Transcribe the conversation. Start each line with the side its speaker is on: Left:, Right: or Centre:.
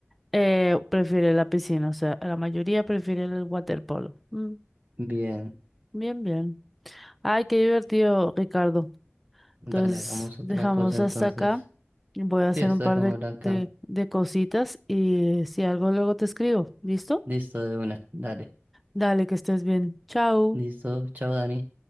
Centre: eh, prefiere la piscina. O sea, la mayoría prefiere el waterpolo. Mm,
Right: bien.
Centre: bien, bien. Ay, qué divertido, Ricardo.
Right: Dale,
Centre: Entonces,
Right: hagamos otra
Centre: dejamos
Right: cosa entonces.
Centre: hasta acá. Voy a hacer
Right: Sí, esto
Centre: un par
Right: dejémoslo
Centre: de,
Right: acá.
Centre: de, de cositas y si algo luego te escribo. ¿Listo?
Right: Listo de una. Dale.
Centre: Dale, que estés bien. Chao.
Right: Listo. Chao, Dani.